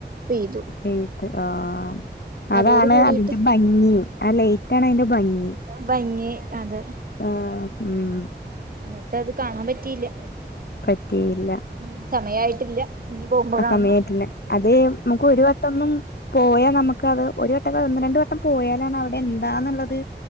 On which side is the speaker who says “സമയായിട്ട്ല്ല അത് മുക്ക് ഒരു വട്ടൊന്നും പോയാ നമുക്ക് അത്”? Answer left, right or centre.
Left